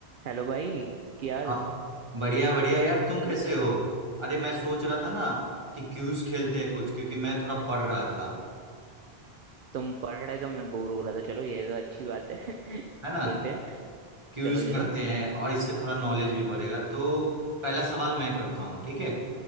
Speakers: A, on the right; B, on the right.
A: हेलो भाई क्या हाल
B: हाँ हाँ। बढ़िया बढ़िया यार तुम कैसे हो अरे मैं सोच रहा था ना कि क्यूज खेलते हैं कुछ क्योंकि मैं थोड़ा पढ़ रहा था
A: तुम पढ़ रहे तो मैं बोर हो रहा था चलो ये तो अच्छी बात है <laughs>
B: है ना
A: खेलते हैं
B: क्यूज
A: चलो
B: करते
A: चलो
B: हैं और इससे थोड़ा नॉलेज भी बढ़ेगा तो पहला सवाल मैं करता हूँ ठीक है